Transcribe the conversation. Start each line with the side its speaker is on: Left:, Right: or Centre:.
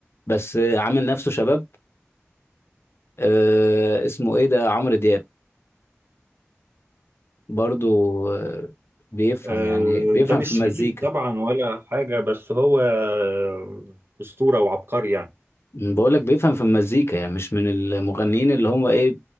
Left: بس عامل نفسه شباب آه اسمه ايه ده عمرو دياب برضه آه بيفهم
Right: آه،
Left: يعني بيفهم
Right: ده مش
Left: في المزيكا
Right: جديد طبعا ولا حاجة بس هو آه، أسطورة وعبقري يعني
Left: بقول لك بيفهم في المزيكا يعني مش من المغنيين اللي هم ايه